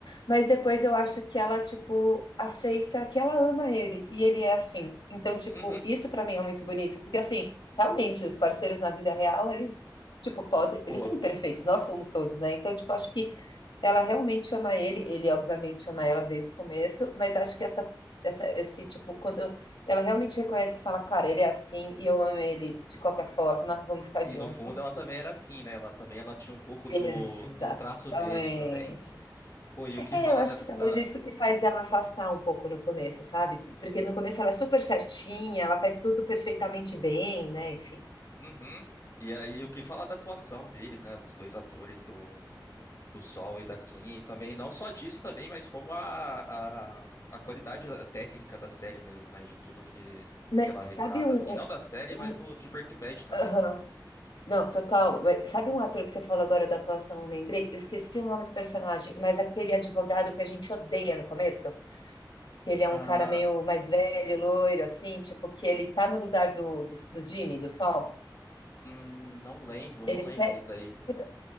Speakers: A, on the left; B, on the left.
A: Mas depois eu acho que ela, tipo, aceita que ela ama ele e ele é assim. Então, tipo,
B: Uhum.
A: isso pra mim é muito bonito, porque assim, realmente os parceiros na vida real, eles Tipo, podem,
B: Pô,
A: eles são imperfeitos, nós somos todos, né? Então, tipo, acho que ela realmente ama ele, ele obviamente ama ela desde o começo, mas acho que essa, essa, esse tipo, quando ela realmente reconhece que fala, cara, ele é assim e eu amo ele de qualquer forma, vamos ficar
B: e
A: junto.
B: no fundo ela também era assim, né? Ela também ela tinha um pouco
A: Eu-
B: do,
A: Exatamente.
B: do traço dele também. Pô, e o que
A: É,
B: falar
A: eu acho
B: dessa
A: que talvez
B: da
A: isso que faz ela afastar um pouco no começo, sabe? Porque no começo ela é super certinha, ela faz tudo perfeitamente bem, né? Enfim.
B: Uhum. E aí o que falar da atuação deles, né, dos dois atores do do Sol e da Kim, e também não só disso também, mas como a, a, a qualidade técnica da série mesmo, né? De tudo que,
A: Mas
B: que ela retrata,
A: sabe um,
B: assim,
A: um,
B: não da série,
A: um-
B: mas do de Breaking Bad também.
A: Aham. Não, total. Mas Sabe um ator que você falou agora da atuação? Eu lembrei, eu esqueci o nome do personagem, mas aquele advogado que a gente odeia no começo, que ele é um
B: Ah,
A: cara meio mais velho, loiro, assim, tipo, que ele tá no lugar do, do, do Jimmy, do Sol.
B: hum, não lembro,
A: Ele
B: não lembro
A: pe...
B: disso aí.
A: Puta,